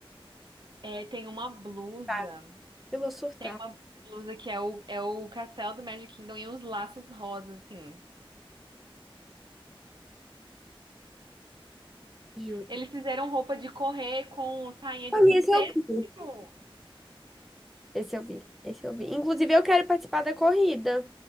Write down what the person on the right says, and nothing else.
É, tem uma blusa,
tem uma blusa que é o, é o castelo do Magic Kingdom e uns laços rosas, assim.
Eles fizeram roupa de correr com sainha
de princesa.
viu?